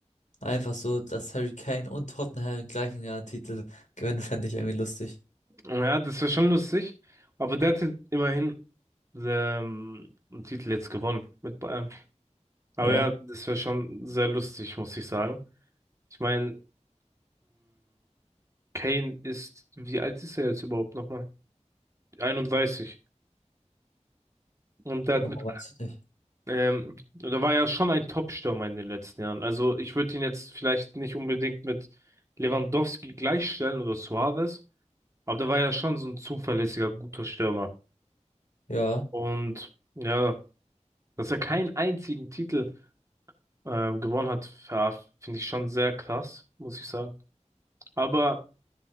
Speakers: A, on the left; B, on the right.
A: einfach so, dass Harry Kane und Tottenham im gleichen Jahr einen Titel gewinnen, <laughs> fände ich irgendwie lustig.
B: ja, das wäre schon lustig, aber der hat jetzt immerhin ähm, einen Titel jetzt gewonnen mit Bayern. Aber
A: Ja,
B: ja, das wäre schon sehr lustig, muss ich sagen. Ich meine, Kane ist, wie alt ist er jetzt überhaupt nochmal? 31. Und der hat
A: oh,
B: mit,
A: weiß ich nicht.
B: ähm, der war ja schon ein Top-Stürmer in den letzten Jahren. Also ich würde ihn jetzt vielleicht nicht unbedingt mit Lewandowski gleichstellen oder Suarez, aber der war ja schon so ein zuverlässiger, guter Stürmer.
A: Ja,
B: Und ja, dass er keinen einzigen Titel ähm, gewonnen hat, ja, finde ich schon sehr krass, muss ich sagen. Aber,